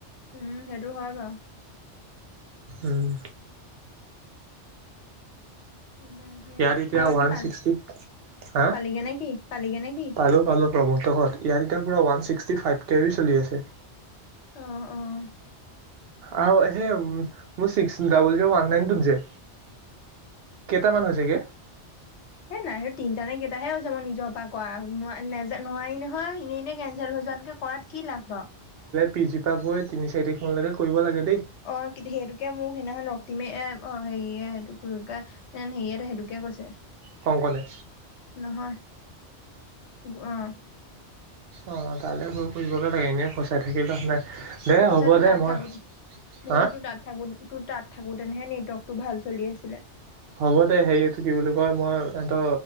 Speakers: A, on the left; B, on the right.
A: উম, সেইটো হয় বাৰু।
B: উম।
A: তাকে
B: ইয়াত এতিয়া
A: তই বাকী
B: ওৱান
A: পাল
B: ছিক্সটি, হা
A: পালিগে নে কি পালিগে নে কি
B: পালো, পালো। প্ৰভক্ত হত, ইয়াত এতিয়া পৰা ওৱান ছিক্সটি ফাইভ কেবি চলি আছে।
A: অহ অহ
B: আৰু সেই মোৰ চিক্স ডাবো জিৰও নাইন ত যে টামান হৈছেগে
A: এ নাই আৰু তিনটা নে কেইটাহে হৈছে। মই নিজৰ পৰা কৰা ন ন নোৱাৰি নহয়। এনেই এনেই কেন্সেল হৈ যোৱাতকে কৰাত কি লাভ বা
B: পিজিপা গৈ তিনি চাৰিখ মানলৈকে কৰিব লাগে। দেই
A: অ' সেইটোকে মোক সেইদিনাখন ৰক্তিমে এ অ' হেৰিয়ে টোকুৰুগা হিয়েন সেইটোকে কৈছে।
B: কংকনে
A: নহয় অহ।
B: অ' তালৈ গৈ ফুৰিবগে লাগে এনেই ফচাই থাকি লাভ নাই। দে
A: মোক কৈছো
B: হ'ব
A: তোৰ
B: দে
A: তাত
B: মই
A: থাকোঁ‌তে মোৰ
B: হা
A: কৈছো তোৰ তাত থাকো তোৰ তাত। থাকোঁ‌। তেনেহে নেটৱৰ্ক টো ভাল চলি আছিলে।
B: হ'ব দে। হেৰি এইটো কি বুলি কয় মই সিহঁত